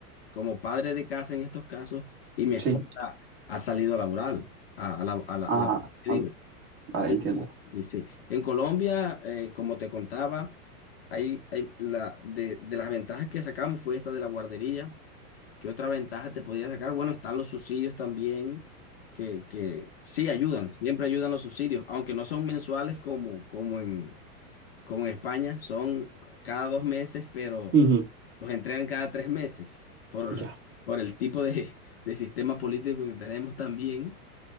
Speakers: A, on the left; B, on the right.
A: como padre de casa en estos casos y mi esposa
B: Sí.
A: ha salido a laborar, a, a la, a la-
B: Ah,
A: a la- ¿qué
B: ah,
A: digo?
B: vale,
A: Sí,
B: entiendo.
A: sí, sí, sí. En Colombia, eh, como te contaba, hay, hay la, de, de las ventajas que sacamos fue esta de la guardería. ¿Qué otra ventaja te podía sacar? Bueno, están los subsidios también que, que sí ayudan, siempre ayudan los subsidios, aunque no son mensuales como, como en, como en España, son cada dos meses, pero
B: Ujú,
A: los entregan cada tres meses por,
B: Ya.
A: por el tipo de, de sistema político que tenemos también